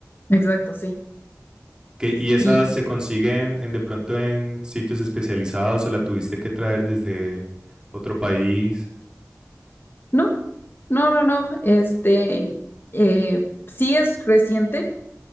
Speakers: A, on the left; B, on the right.
A: Exacto, sí.
B: Que, y esas
A: Y
B: se consiguen en, de pronto en sitios especializados o la tuviste que traer desde otro país.
A: no, no, no, no, este, eh, sí es reciente,